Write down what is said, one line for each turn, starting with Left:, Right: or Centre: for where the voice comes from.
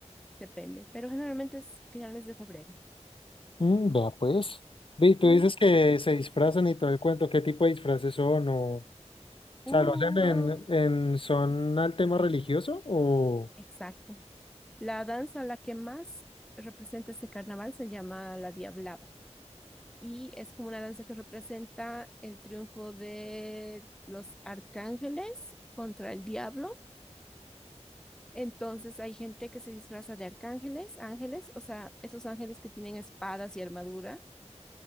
Centre: depende, pero generalmente es finales de febrero.
Left: Mm, vea pues. Ve, tú
Centre: Mm,
Left: dices que se disfrazan y todo el cuento, ¿qué tipo de disfraces son? O, o
Centre: uh,
Left: sea, ¿lo hacen
Centre: ah,
Left: en, en son al tema religioso? O
Centre: exacto. La danza, la que más representa este carnaval, se llama la Diablada. y es como una danza que representa el triunfo de los arcángeles contra el diablo. Entonces hay gente que se disfraza de arcángeles, ángeles, o sea, esos ángeles que tienen espadas y armadura,